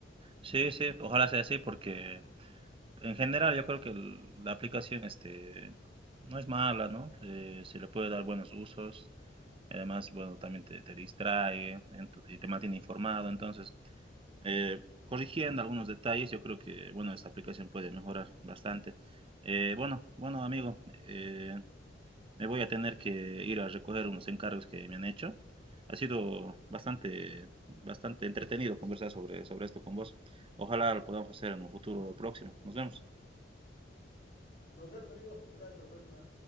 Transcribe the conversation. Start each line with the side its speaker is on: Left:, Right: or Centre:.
Right: Sí, sí, ojalá sea así porque en general yo creo que el- la aplicación este, no es mala, ¿no? Eh, se le puede dar buenos usos. y Además, bueno, también te, te distrae ento- y te mantiene informado. Entonces, eh, corrigiendo algunos detalles, yo creo que, bueno, esta aplicación puede mejorar bastante. Eh, bueno, bueno, amigo, eh, me voy a tener que ir a recoger unos encargos que me han hecho. Ha sido bastante, bastante entretenido conversar sobre, sobre esto con vos. Ojalá lo podamos hacer en un futuro próximo. Nos vemos.
Left: Nos vemos, amigos. Será hasta la próxima.